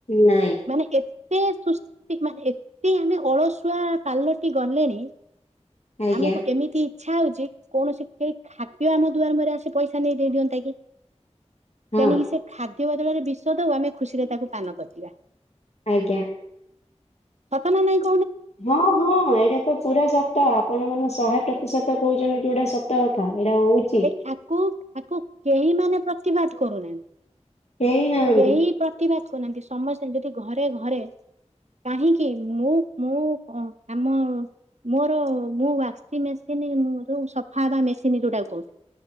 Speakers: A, on the left; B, on the right.
A: ନାଇଁ
B: ମାନେ ଏତେ ସୁସ୍ ତିକ ମାନେ ଏତେ ଆମେ ଅଳସୁଆ ପାଲଟି ଗଲେଣି।
A: ଆଜ୍ଞା
B: ଆମକୁ ଏମିତି ଇଚ୍ଛା ହଉଛି କୌଣସି କେହି ଖାଦ୍ୟ ଆମ ଦୁଆର ମୁହଁରେ ଆସି ପଇସା ଦେଇ ଦିଅନ୍ତା କି?
A: ହଁ
B: ସେଣିକି ସେ ଖାଦ୍ୟ ବଦଳରେ ବିଷ ଦଉ, ଆମେ ଖୁସିରେ ତାକୁ ପାନ କରିଯିବା।
A: ଆଜ୍ଞା।
B: ସତ ନା ନାଇକ
A: ହଁ, ହଁ, ଏଇଟା ତ ପୁରା ସ ତ ଆପଣ ମାନେ ଶହେ ପ୍ରତିଶତ କହୁଛନ୍ତି ଯୋଉଟା ସତ କଥା। ଏଇଟା ହଉଛି
B: ଏଇ ଆକୁ ଆକୁ କେହି ମାନେ ପ୍ରତିବାଦ କରୁନାହାନ୍ତି।
A: ହେଇନାହାନ୍ତି
B: କେହି ପ୍ରତିବାଦ କରୁନାହାନ୍ତି, ସମସ୍ତେ ଯଦି ଘରେ ଘରେ କାହିଁକି- ମୁଁ ମୁଁ ଆମ ମୋର ମୁଁ ୱାସିଂ ମେସିନ ଯୋଉ ସଫା ବା ମେସିନ ଯୋଉଟା କହୁ